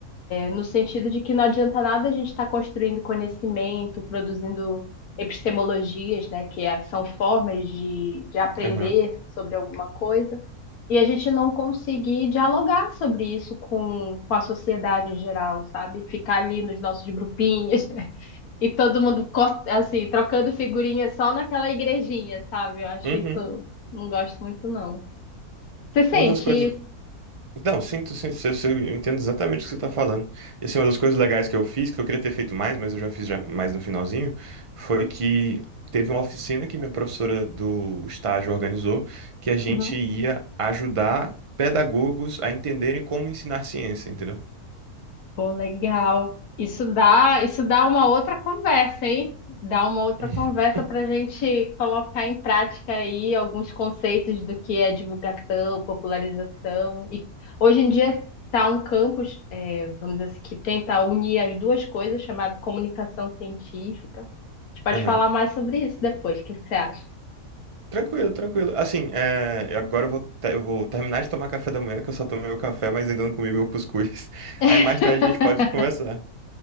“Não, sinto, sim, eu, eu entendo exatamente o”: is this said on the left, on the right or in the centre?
Right